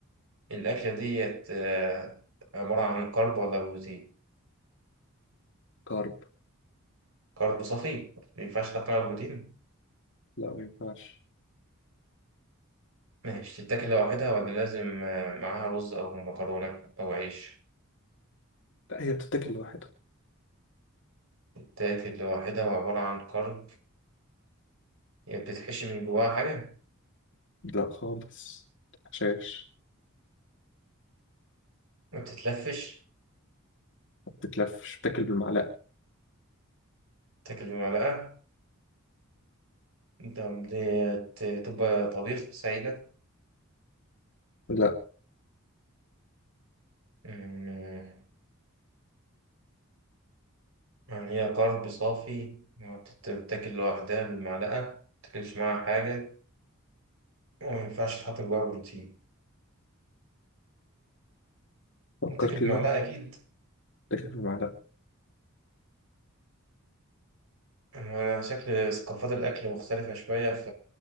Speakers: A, on the right; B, on the left.
A: الاكله ديت آه، عباره عن كرب ولا بروتين
B: كارب
A: كرب صافي ما ينفعش تحط معاها بروتين
B: لا ما ينفعش
A: ماشي تتاكل لوحدها ولا لازم آه، معاها رز او مكرونه او عيش
B: لا هي بتتاكل لوحدها
A: تتاكل لوحدها وعباره عن كرب هي بتتحشي من جواها حاجه
B: لا خالص شاش
A: ما بتتلفش
B: ما بتتلفش بتاكل بالمعلقة
A: تاكل بمعلقه انت بتبقى طبيخ سايله
B: لا
A: أمم، يعني هي طرب صافي ما بتت- بتاكل لوحدها بالمعلقة ما بتاكلش معاها حاجة وما ينفعش تحط جواها بروتين
B: فكر
A: وتاكل
B: كده
A: بمعلقة أكيد
B: بتاكل بالمعلقة
A: أنا شكل ثقافات الأكل مختلفة شوية